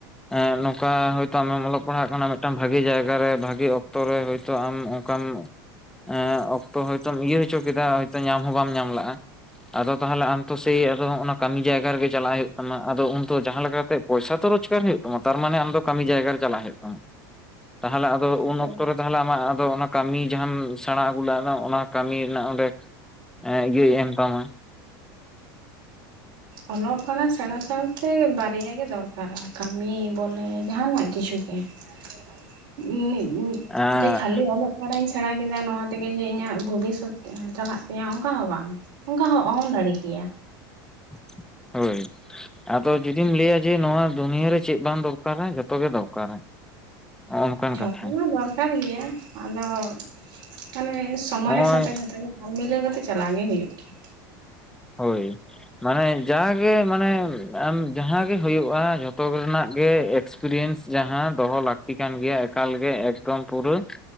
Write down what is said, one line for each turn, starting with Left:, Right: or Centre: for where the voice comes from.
Centre: ᱦᱮᱸ ᱱᱚᱝᱠᱟ ᱦᱳᱭᱛᱚ ᱟᱢᱮᱢ ᱚᱞᱚᱜ ᱯᱟᱲᱦᱟᱜ ᱠᱟᱱᱟ ᱢᱤᱫᱴᱟᱝ ᱵᱷᱟᱜᱤ ᱡᱟᱭᱜᱟ ᱨᱮ ᱵᱷᱟᱜᱤ ᱚᱠᱛᱚᱨᱮ ᱦᱳᱭᱛᱳ ᱟᱢ᱾ ᱚᱱᱠᱟᱢ ᱮ ᱚᱠᱛᱚ ᱦᱚᱭ ᱛᱚᱢ ᱤᱭᱟᱹ ᱦᱚᱪᱚ ᱠᱮᱜ-ᱟ ᱧᱟᱢ ᱦᱚᱸ ᱵᱟᱢ ᱧᱟᱢᱞᱟᱜᱼᱟ ᱾ ᱟᱫᱚ ᱛᱟᱦᱚᱞᱮ ᱟᱢ ᱛᱚ ᱥᱮᱭ ᱟᱫᱚ ᱚᱱᱟ ᱠᱟᱹᱢᱤ ᱡᱟᱭᱜᱟ ᱨᱮ ᱜᱮ ᱪᱟᱞᱟᱜ ᱦᱩᱭᱩᱜ ᱛᱟᱢᱟ ᱟᱫᱚ ᱩᱱ ᱛᱚ ᱡᱟᱦᱟᱸ ᱞᱮᱠᱟᱛᱮ ᱯᱚᱭᱥᱟ ᱛᱚ ᱨᱚᱡᱜᱟᱨ ᱦᱩᱭᱩᱜ ᱛᱟᱢᱟ ᱛᱟᱨ ᱢᱟᱱᱮ ᱟᱢ ᱫᱚ ᱠᱟᱹᱢᱤ ᱡᱟᱭᱜᱟ ᱨᱮ ᱪᱟᱞᱟᱜ ᱦᱩᱭᱩᱜ ᱛᱟᱢᱟ ᱾ ᱛᱟᱦᱚᱞᱮ ᱟᱫᱚ ᱩᱱ
Right: ᱦᱳᱭ
Centre: ᱚᱠᱛᱚ ᱨᱮ ᱛᱟᱦᱚᱞᱮ ᱟᱢᱟᱜ ᱟᱫᱚ ᱚᱱᱟ ᱠᱟᱹᱢᱤ ᱡᱟᱦᱟᱸ ᱟᱢ ᱥᱮᱬᱟ ᱟᱹᱜᱩ ᱞᱮᱜ᱾ ᱚᱱᱮ ᱚᱱᱟ ᱠᱟᱹᱢᱤ ᱨᱮᱱᱟᱜ ᱚᱸᱰᱮ ᱤᱭᱟᱹᱭ ᱮᱢ ᱛᱟᱢᱟ ᱾
Right: ᱚᱞᱚᱜ ᱯᱟᱲᱦᱟᱜ ᱥᱮᱬᱟ ᱥᱮᱬᱟ ᱛᱮ ᱵᱟᱨᱭᱟᱜ ᱜᱮ ᱫᱚᱨᱠᱟᱨᱟ ᱠᱟᱹᱢᱤ ᱵᱚᱞᱮ ᱡᱟᱦᱟ ᱱᱟᱜ ᱠᱤᱪᱷᱩ ᱜᱮ ᱾ <unintelligible>
Centre: ᱮᱸ
Right: ᱡᱮ ᱠᱷᱟᱞᱤ ᱚᱞᱚᱜ ᱾ ᱚᱲᱟᱜ ᱤᱧ ᱥᱮᱬᱟ ᱠᱮᱫᱟ ᱱᱚᱣᱟ ᱛᱮ ᱜᱮ ᱡᱮ ᱤᱧᱟᱹᱜ ᱵᱷᱚᱵᱤᱥᱚᱛ ᱪᱟᱞᱟᱜ ᱛᱤᱧᱟᱹ ᱚᱱᱠᱟ ᱦᱚᱸ ᱵᱟᱝ᱾ ᱚᱱᱠᱟ ᱦᱚᱸ ᱚᱦᱚᱢ ᱫᱟᱲᱮ ᱠᱮᱭᱟ᱾
Centre: <inaudible> ᱦᱳᱭ᱾ ᱟᱫᱚ ᱡᱩᱫᱤᱢ ᱞᱟᱹᱭᱟ ᱡᱮ ᱱᱚᱣᱟ ᱫᱩᱱᱭᱟᱹ ᱨᱮ ᱪᱮᱜ ᱵᱟᱝ ᱫᱚᱨᱠᱟᱨᱟ ᱡᱷᱚᱛᱚ ᱜᱮ ᱫᱚᱨᱠᱟᱨᱟ᱾ ᱱᱚᱜᱼᱚ ᱱᱚᱝᱠᱟᱱ
Right: ᱡᱷᱚᱛᱚ
Centre: ᱠᱟᱛᱷᱟ
Right: ᱢᱟ ᱫᱚᱨᱠᱟᱨ ᱜᱮᱭᱟ ᱟᱫᱚ ᱢᱟᱱᱮ ᱥᱚᱢᱚᱭ
Centre: ᱱᱚᱜᱼᱚᱭ
Right: ᱥᱟᱛᱮ ᱡᱷᱚᱛᱚ ᱜᱮ᱾ ᱦᱟᱞ ᱢᱤᱞᱟᱹᱣ ᱠᱟᱛᱮᱜ ᱪᱟᱞᱟᱣ ᱜᱮ ᱦᱩᱭᱩᱜ ᱜᱮᱭᱟ᱾
Centre: ᱦᱳᱭ᱾ ᱢᱟᱱᱮ ᱡᱟᱜᱮ ᱢᱟᱱᱮ ᱟᱢ ᱡᱟᱦᱟᱸ ᱜᱮ ᱦᱩᱭᱩᱜ-ᱟ ᱡᱷᱚᱛᱚ ᱜᱮ ᱨᱮᱱᱟᱜ ᱜᱮᱼᱼ ᱮᱠᱥᱯᱨᱤᱭᱮᱱᱥ ᱡᱟᱦᱟᱸ ᱫᱚᱦᱚ ᱞᱟᱹᱠᱛᱤ ᱠᱟᱱ ᱜᱮᱭᱟ ᱮᱠᱟᱞ ᱜᱮ ᱮᱠᱫᱚᱢ ᱯᱩᱨᱟᱹ᱾